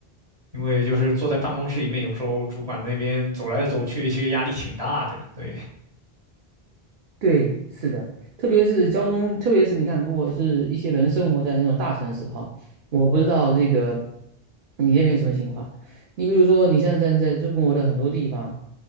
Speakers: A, on the right; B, on the right.
A: 因为就是坐在办公室里面，有时候主管那边走来走去，其实压力挺大的。对，
B: 对，是的，特别是交通，特别是你看，如果是一些人生活在那种大城市哈，我不知道这个你那边什么情况。你比如说，你像站在中国的很多地方。